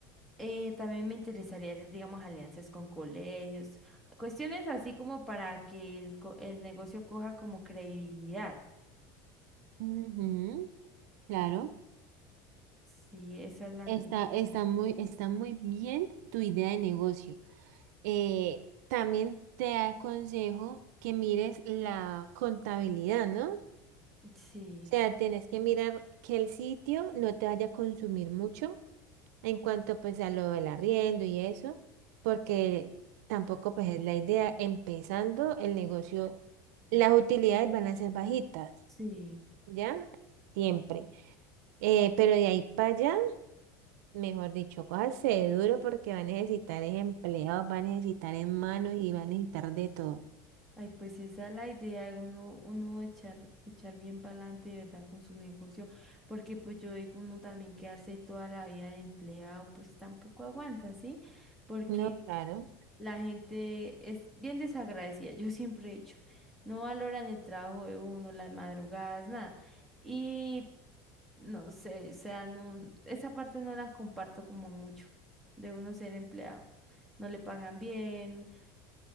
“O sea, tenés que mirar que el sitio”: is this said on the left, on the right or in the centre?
Right